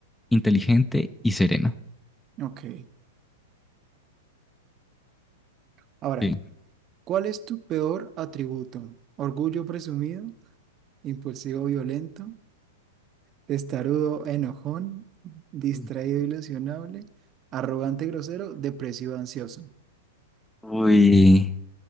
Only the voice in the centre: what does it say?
inteligente y sereno.
Sí.
Uy,
Uy,